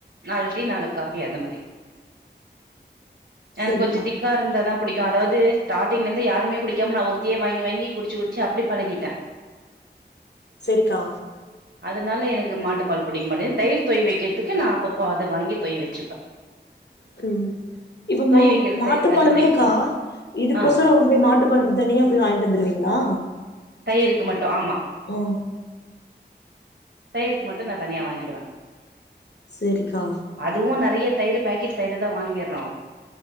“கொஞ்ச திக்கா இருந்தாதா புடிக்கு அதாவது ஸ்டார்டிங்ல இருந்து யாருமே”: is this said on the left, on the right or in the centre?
Right